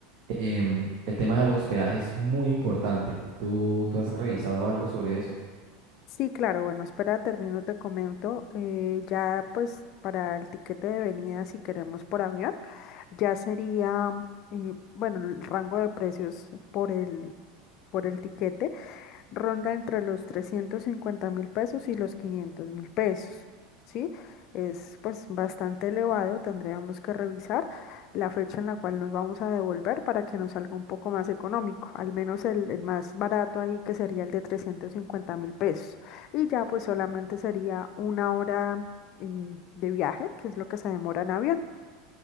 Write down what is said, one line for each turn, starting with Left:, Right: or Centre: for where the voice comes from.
Right: em, el tema del hospedaje es muy importante. ¿Tú, tú has revisado algo sobre eso?
Left: Sí, claro, bueno, espera, termino, te comento, eh, ya pues para el tiquete de venida si queremos por avión, ya sería... Y bueno, el rango de precios por el, por el tiquete ronda entre los trescientos cincuenta mil pesos y los quinientos mil pesos, ¿sí? Es pues bastante elevado, tendríamos que revisar la fecha en la cual nos vamos a devolver para que nos salga un poco más económico, al menos el, el más barato ahí que sería el de trescientos cincuenta mil pesos. Y ya pues solamente sería una hora eh, de viaje, que es lo que se demora en avión.